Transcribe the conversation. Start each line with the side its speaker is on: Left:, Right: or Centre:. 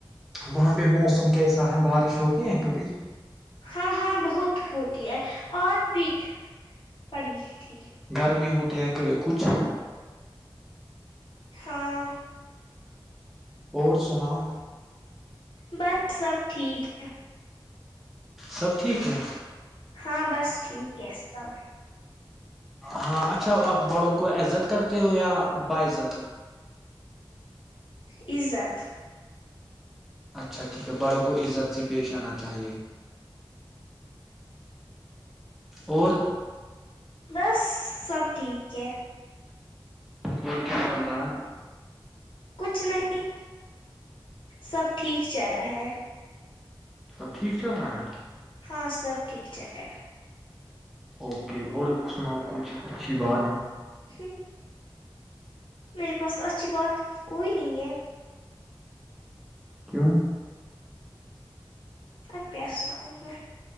Centre: وہاں پہ موسم کیسا ہے بارش ہوتی ہیں کبھی
Left: ہاں ہاں بہت ہوتی ہے آج بھی پڑی تھی
Centre: گرمی ہوتی ہیں کچھ
Left: ہاں
Centre: اور سناؤ
Left: بس سب ٹھیک ہے
Centre: سب ٹھیک ہے
Left: ہاں بس ٹھیک ہے سب
Centre: ہاں اچھا آپ بڑوں کو عزت کرتے ہو یا باعزت
Left: عزت
Centre: اچھا ٹھیک ہے بڑوں کو عزت سے پیش آنا چاہیے اور
Left: بس سب ٹھیک ہے
Centre: اور کیا چل رہا
Left: کچھ نہیں سب ٹھیک چل رہا ہے
Centre: سب ٹھیک چل رہا ہے
Left: ہاں سب ٹھیک چلے ہے
Centre: اوکے اور سناؤ کچھ اچھی بات
Left: ہ میرے پاس تو اچھی بات کوئی نہیں ہے
Centre: کیوںہ
Left: آپ کیا سناؤ میں